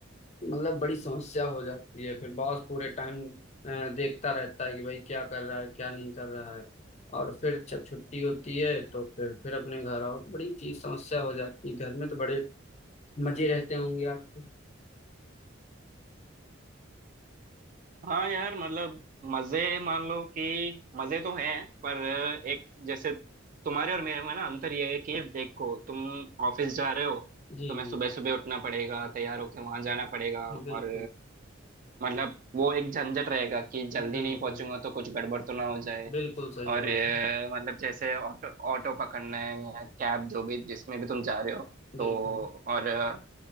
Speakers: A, on the left (about 35°); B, on the right (about 40°).
A: मतलब बड़ी समस्या हो जाती है फिर बॉस पूरे टाइम देखता रहता है कि भाई क्या कर रहा है क्या नहीं कर रहा है और फिर जब छुट्टी होती है तो फिर फिर अपने घर आओ तो बड़ी चीज समस्या हो जाती है घर में तो बड़े मजे रहते होंगे आपके
B: हाँ यार मतलब मजे मान लो कि मजे तो हैं पर एक जैसे तुम्हारे और मेरे में ना अंतर ये है कि देखो तुम ऑफिस जा रहे हो
A: जी
B: तुम्हें सुबह सुबह उठना पड़ेगा तैयार होके वहां जाना पड़ेगा
A: जी बिल्कुल
B: और मतलब वो एक झंझट रहेगा कि जल्दी
A: बिल्कुल
B: नहीं पहुंचूंगा तो कुछ गड़बड़ तो ना हो जाए
A: बिल्कुल सही
B: और
A: बात
B: अ,
A: है
B: मतलब जैसे ऑटो ऑटो पकड़ना है या कैब जो भी जिसमें भी तुम जा रहे हो तो
A: बिल्कुल
B: और अ,